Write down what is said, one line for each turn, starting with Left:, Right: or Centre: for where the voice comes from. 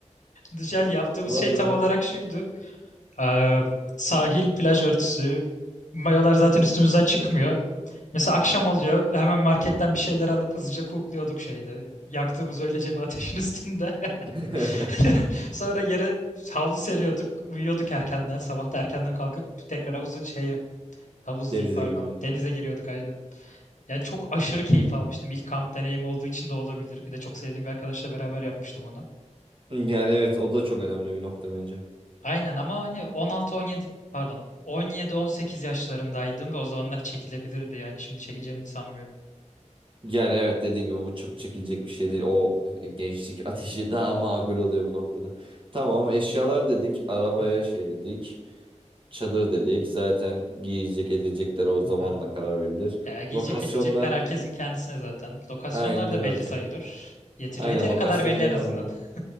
Left: Dışarı yaptığımız
Right: <laughs>
Left: şey
Right: Vay
Left: tam
Right: vay.
Left: olarak şuydu. Ee, sahil, plaj örtüsü. Mayolar zaten üstümüzden çıkmıyor. Mesela akşam oluyor. Hemen marketten bir şeyler alıp hızlıca kukluyorduk şeyde. Yaktığımız öylece bir ateşin üstünde.
Right: <laughs>
Left: <laughs> Sonra yere havlu seriyorduk. Uyuyorduk erkenden. Sabah da erkenden kalkıp tekrar havuzu şeye Havuz
Right: Denize
Left: değil pardon.
Right: girmeli.
Left: Denize giriyorduk aynen. Yani çok aşırı keyif almıştım. İlk kamp deneyim olduğu için de olabilir. Bir de çok sevdiğim bir arkadaşla beraber yapmıştım onu.
Right: Yani evet o da çok önemli bir nokta bence.
Left: Aynen ama hani 16-17 pardon 17-18 yaşlarındaydım ve o zamanlar çekilebilirdi. Yani şimdi çekeceğimi hiç sanmıyorum.
Right: Yani evet dediğin gibi bu çok çekilecek bir şey değil. O gençlik <laughs> ateşi daha makul oluyor bu noktada. Tamam eşyalar dedik, arabaya
Left: Hı hı.
Right: şey dedik, çadır dedik. Zaten giyecek edilecekler o zamanla
Left: Aha.
Right: karar verilir.
Left: Ya, giyecek
Right: Lokasyonlar.
Left: edilecekler herkesin kendisine zaten. Lokasyonlar
Right: Aynen öyle
Left: da belli
Right: okey.
Left: sayılır. Yeteri,
Right: Aynen
Left: yeteri
Right: lokasyon
Left: kadar belli
Right: genel
Left: en azından.
Right: olarak.
Left: <laughs>